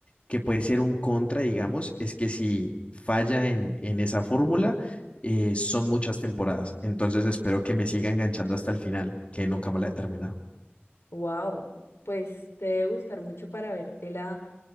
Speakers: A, on the left; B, on the left.
A: que puede ser un contra, digamos, es que si falla en, en esa fórmula, eh, son muchas temporadas. Entonces espero que me siga enganchando hasta el final, que nunca me la he terminado.
B: Wow, pues te debe gustar mucho para vértela